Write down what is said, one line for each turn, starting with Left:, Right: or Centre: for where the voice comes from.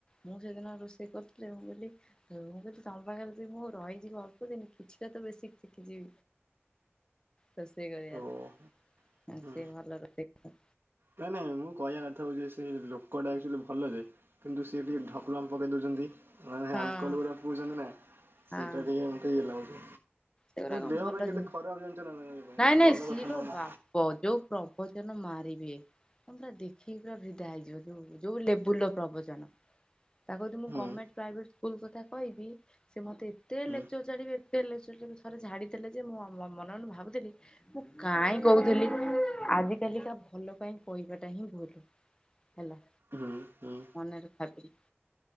Left: ମୁଁ ସେଦିନ ରୋଷେଇ କରୁଥିଲି ମୁଁ କହିଲି ମୁଁ ଯଦି ତୋମ ପାଖରେ ଯି- ମୁଁ ରହିଯିବି ଅଳ୍ପ ଦିନ କିଛି ଟା ତେବେ ଶି-ଶିଖିଯିବି। ରୋଷେଇ କରିବାରେ,
Right: ଓ
Left: ହଁ
Right: ହୁଁ
Left: ସିଏ ଭଲ ରୋଷେଇ କ
Right: ନାଇଁ ନାଇଁ ମୁଁ କହିବା କଥା ହଉଛି ସେ ଲୋକଟା ଆକ୍ଚୁଲି ଭଲ ଯେ କିନ୍ତୁ ସିଏ ଟିକେ ଢକଲମ୍ ପକେଇ ଦଉଛନ୍ତି। ମାନେ
Left: ହଁ
Right: ଆଲକଲ ଗୁଡ଼ା ପିଉଛନ୍ତି ନା, ସେଇଟା
Left: ହଁ
Right: ଟିକେ ମୋତେ ଇଏ ଲାଗୁଛି।
Left: ସେଗୁରା କଣ
Right: ଦେହ
Left: ଭଲ
Right: ପାଇଁ କେତେ
Left: ଜିନ,
Right: ଖରାପ ଜାଣିଛ ନା ତମେ ପାଇଁ ସେଇଟା
Left: ନାଇଁ ନାଇଁ
Right: ଭଲ
Left: ସିି
Right: କଥା
Left: ଲୋ
Right: ନୁହଁ ନା।
Left: ବା ପ ଯୋଉ ପ୍ରବଚନ ମାରିବେ। ତୋମେ ପୁରା ଦେଖିକି ପୁରା ଫିଦା ହେଇଯିବ, ଯୋଉ ଯୋଉ ଲେବୁଲ୍ ର ପ୍ରବଚନ। ତାକୁ ଯଦି ମୁଁ
Right: ହୁଁ
Left: ଗମେଣ୍ଟ ପ୍ରାଇଭେଟ୍ ସ୍କୁଲ୍ କଥା କହିବି ସେ ମୋତେ ଏତେ
Right: ହୁଁ
Left: ଲେକ୍ଚର୍ ଝାଡିବେ ଏତେ ଲେକ୍ଚର୍ ଝାଡିବେ। ଥରେ ଝାଡ଼ିଥିଲେ ଯେ ମୁଁ ମ-ମନେ ମନେ ଭାବୁଥିଲି। ମୁଁ କାଇଁ କହୁଥିଲି। ଆଜି କାଲିକା ଭଲ ପାଇଁ କହିବାଟା ହିଁ ଭୁଲ। ହେଲା
Right: ହୁଁ ହୁଁ
Left: ମନରେ ଭାବିଲି।